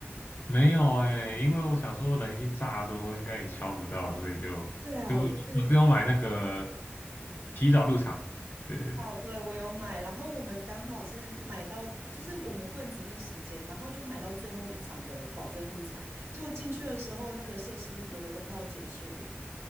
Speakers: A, on the left; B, on the right.
A: 没有哎，因为我想说人已经炸多，应该也敲不到，所以就就我只有买那个
B: 对啊，我就是，
A: 提早入场。对对对，
B: 哦，对，我有买，然后我们刚好是买到，就是我们不能指定时间，然后就买到最后一场的保证入场，就果进去的时候，那个设施有的都快要结束了，